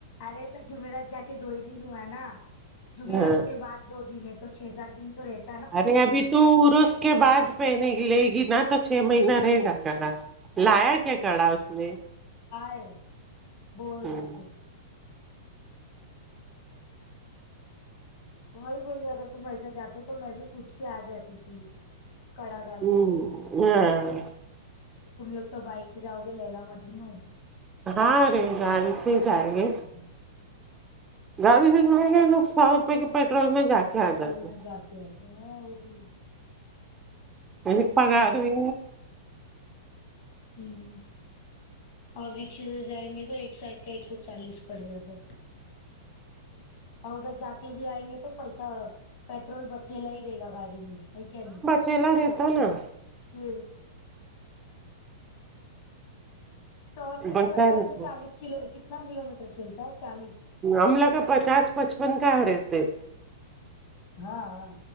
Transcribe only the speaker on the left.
ارے تو جمعرات جا کے دو ہی دن ہوا نا جمعرات
کے بعد دو دن ہے تو چھ سات دن تو رہتے
ہے بول
رہے تھے وہی بولی اگر تم ویسے جاتے تو میں بھی پوچھ کے آ جاتی تھی کڑا دال
نہیں کہیںے
تم لوگ تو بائک سے جاؤ گے للا مجنوں
جی
پیٹرول
میں جا کے آتی ہ ن وہ بھی
ہ اور وکس ہو جائیں گے تو ایک سائڈ کا ایک سو چالیس پڑ گیا تھا اور ادھر جا کے بھی آئیں گے تو پیسہ پیٹرول بچے لے ہی دے گا گاڑی میں نہیں کیا نہیں
<unintelligible> سو روپے کے
پیٹرول
میں چالیس کلو کتنا کلو میٹر چلتا ہے چالیس
ہاں ہاں